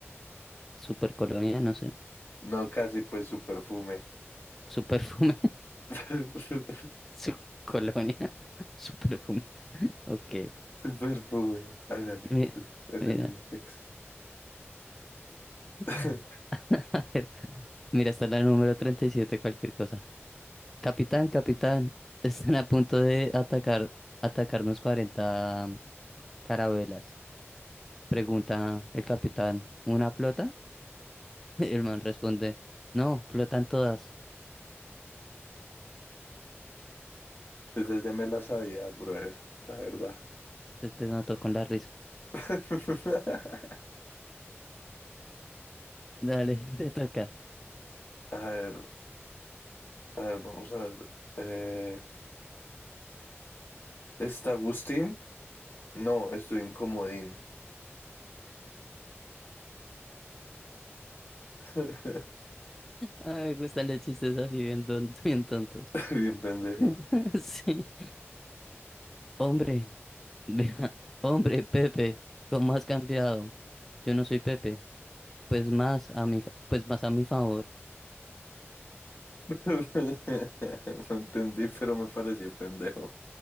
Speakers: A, in the centre; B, on the left.
A: supercolonia, no sé.
B: No, casi pues su perfume.
A: Superfume.
B: <laughs>
A: Su colonia, <laughs> su perfume. Ok,
B: Su perfume. Hágale,
A: mira,
B: tú- hágale
A: mira,
B: mi pex.
A: <laughs>
B: <laughs>
A: a ver, mira, está la número 37, cualquier cosa. Capitán, capitán, <laughs> están a punto de atacar, atacarnos 40 carabelas. Pregunta el capitán, ¿una flota? <laughs> El man responde, no, flotan todas.
B: Esa ya me la sabía, brother, la verdad.
A: Se te notó con la risa.
B: <laughs>
A: Dale, <laughs> te toca.
B: A ver, a ver, vamos a ver. Eh, ¿está Agustín? No, estoy incomodín. <laughs>
A: Ah, me gustan los chistes así bien, don- bien tontos.
B: Bien pendejos.
A: <laughs> Sí. Hombre, Mira, <laughs> hombre, Pepe, ¿cómo has cambiado? Yo no soy Pepe, pues más a mi, fa- pues más a mi favor.
B: <laughs> No entendí, pero me pareció pendejo.